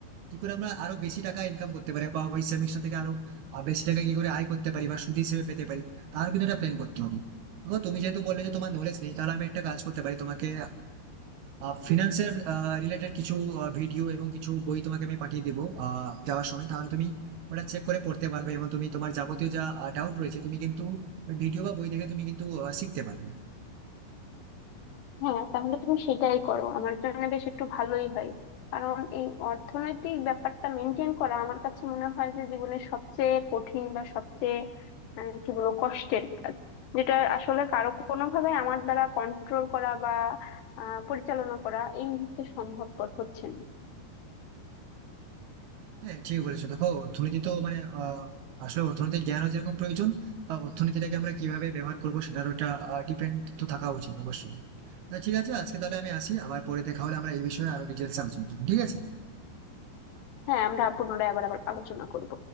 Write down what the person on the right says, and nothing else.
কি করে আমরা আরো বেশি টাকা ইনকাম করতে পারি বা ওই সেভিংসটা থেকে আরো আর বেশি টাকা কি করে আয় করতে পারি বা সুদ হিসেবে পেতে পারি তারও কিন্তু একটা প্ল্যান করতে হবে দেখো তুমি যেহেতু বললে যে তোমার নলেজ নেই তাহলে আমি একটা কাজ করতে পারি তোমাকে আহ ফিনান্সের রিলেটেড কিছু ভিডিও এবং কিছু বই তোমাকে আমি পাঠিয়ে দেবো আহ যাওয়ার সময় তাহলে তুমি ওটা চেক করে পড়তে পারবে এবং তুমি তোমার যাবতীয় যা ডাউট রয়েছে তুমি কিন্তু ভিডিও বা বই দেখে তুমি কিন্তু আহ, শিখতে পারবে
হ্যাঁ ঠিক বলেছো দেখো অর্থনীতি তো মানে আহ আসলে অর্থনৈতিক জ্ঞানও যেরকম প্রয়োজন বা অর্থনীতিটাকে আমরা কিভাবে ব্যবহার করবো সেটারও একটা ডিপেন্ড তো থাকা উচিত অবশ্যই আচ্ছা, ঠিক আছে আজকে তাহলে আমি আসি আবার পরে দেখা হলে আমরা এই বিষয়ে আরো ডিটেলস আলোচনা করবো ঠিক আছে